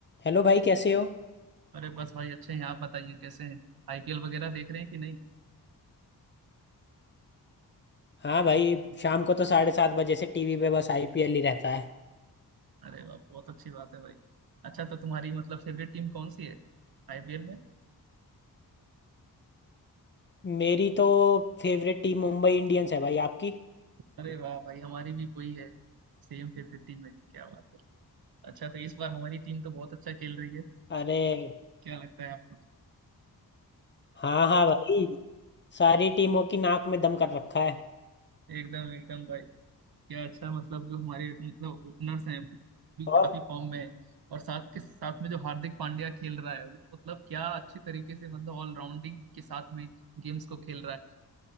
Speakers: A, on the left (about 30°); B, on the right (about 65°).
A: Hello भाई कैसे हो
B: अरे बस भाई अच्छे हैं आप बताइए कैसे हैं आईपीएल वगैरह देख रहे हैं कि नहीं
A: हाँ भाई शाम को तो साढ़े सात बजे से टीवी पे बस आईपीएल ही रहता है
B: अरे वाह बहुत अच्छी बात है भाई अच्छा तो तुम्हारी मतलब फेवरेट टीम कौन सी है आईपीएल में
A: मेरी तो फेवरेट टीम मुंबई इंडियंस है भाई आपकी
B: अरे वाह भाई हमारी भी वही है सेम फेवरेट टीम है क्या बात है अच्छा तो इस बार हमारी टीम तो बहुत अच्छा खेल रही है
A: अरे
B: क्या लगता है आपको
A: हाँ हाँ भाई सारी टीमों की नाक में दम कर रखा है
B: एकदम एकदम भाई क्या अच्छा मतलब जो हमारे मतलब ओपनर्स हैं भी
A: और
B: काफी फॉर्म में है और साथ के साथ में जो हार्दिक पांड्या खेल रहा है वो मतलब क्या अच्छे तरीके से मतलब ऑलराउंडिंग के साथ में गेम्स को खेल रहा है